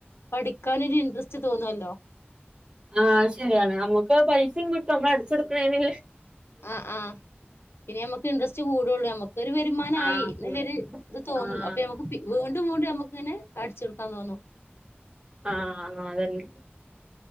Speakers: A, on the left (about 75°); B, on the right (about 25°).
A: പഠിക്കാനൊരു ഇൻട്രസ്റ്റ് തോന്നല്ലോ.
B: ആഹ് ശെരിയാണ് അമ്മുക്ക് പൈസിം കിട്ടും. നമ്മള് അടിച്ചെടുക്ക്ണേന്.
A: ആഹ് ആഹ് പിന്നെ നമ്മുക്ക് ഇൻട്രസ്റ്റ് കൂടൊള്ളൂ ഞമ്മക്ക്. ഒരു വരുമാന
B: ആഹ്
A: ആയി. ഇന്ന്ള്ളൊരു
B: കൂടും
A: ഇത് തോന്നും
B: ആഹ്
A: അപ്പൊ നമക്ക് വീണ്ടും വീണ്ടും നമ്മുക്കിനെ അടിച്ചെടുക്കാൻ തോന്നും.
B: ആഹ് ആഹ് അതെന്നെ